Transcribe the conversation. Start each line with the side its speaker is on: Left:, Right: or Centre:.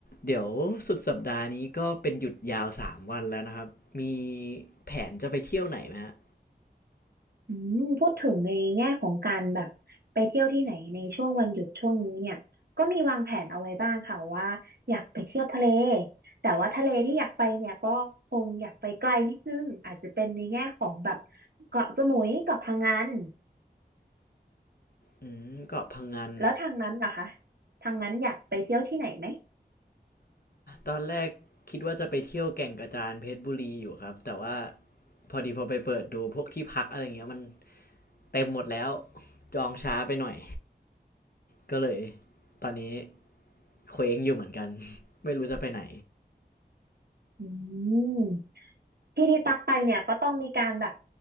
Left: เดี๋ยวสุดสัปดาห์นี้ก็เป็นหยุดยาว3วันแล้วนะครับ มีแผนจะไปเที่ยวไหนไหมฮะ
Right: อืมพูดถึงในแง่ของการแบบไปเที่ยวที่ไหนในช่วงวันหยุดช่วงนี้เนี่ยก็มีวางแผนเอาไว้บ้างค่ะว่าอยากไปเที่ยวทะเลแต่ว่าทะเลที่อยากไปเนี่ยก็คงอยากไปไกลนิดนึงอาจจะเป็นในแง่ของแบบเกาะสมุยเกาะพะงัน
Left: อืมเกาะพังงน
Right: แล้วทางนั้นล่ะคะทางนั้นอยากไปเที่ยวที่ไหนไหม
Left: ตอนแรกคิดว่าจะไปเที่ยวแก่งกระจานเพชรบุรีอยู่ครับ แต่ว่าพอดีพอไปเปิดดูพวกที่พักอะไรเงี้ยมันเต็มหมดแล้วจองช้าไปหน่อย ก็เลยตอนนี้เคว้งอยู่เหมือนกัน <laughs> ไม่รู้จะไปไหน
Right: อืมที่ที่ตักไปเนี่ยก็ต้องมีการแบบ